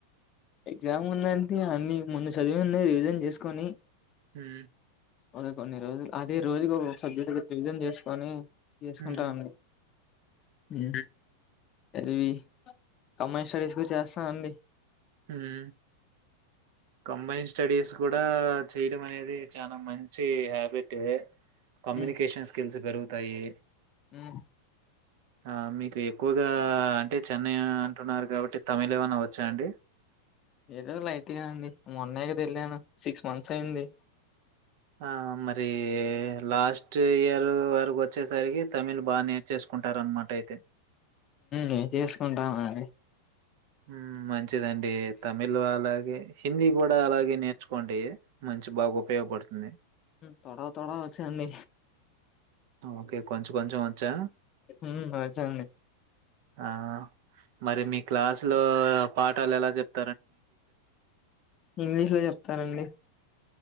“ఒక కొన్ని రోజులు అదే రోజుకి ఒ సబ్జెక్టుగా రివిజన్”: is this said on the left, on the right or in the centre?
Left